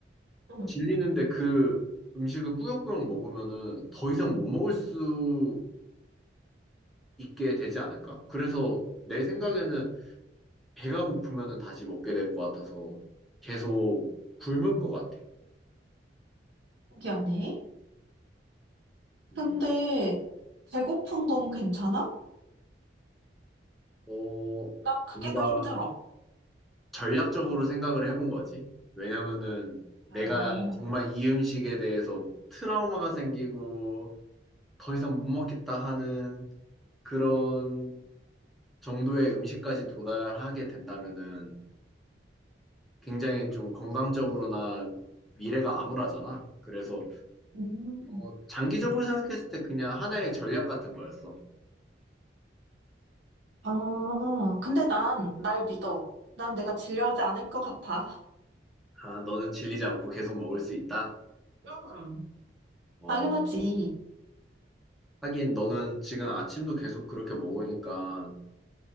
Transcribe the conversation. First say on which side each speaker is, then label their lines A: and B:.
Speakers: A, on the right; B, in the centre.
A: 응.
B: 질리는데 그 음식을 꾸역꾸역 먹으면은 더 이상 못 먹을 수 있게 되지 않을까? 그래서 내 생각에는 배가 고프면은 다시 먹게 될 것 같아서 계속 굶을 것 같아.
A: 신기하네.
B: 음,
A: 근데 배고픈 건 괜찮아?
B: 어,
A: 난 그게
B: 뭔가
A: 더 힘들어.
B: 전략적으로 생각을 해본 거지. 왜냐면은 내가
A: 아,
B: 정말 이 음식에 대해서 트라우마가 생기고 더 이상 못 먹겠다 하는 그런 정도의 음식까지 도달하게 된다면은 굉장히 좀 건강적으로나 미래가 암울하잖아. 그래서
A: 음.
B: 어, 장기적으로 생각했을 때 그냥 하나의 전략 같은 거였어.
A: 어, 근데 난 날 믿어. 난 내가 진료하지 않을 것 같아.
B: 아, 너는 질리지 않고 계속 먹을 수 있다.
A: 음,
B: 어,
A: 당연하지.
B: 하긴 너는 지금 아침도 계속 그렇게 먹으니까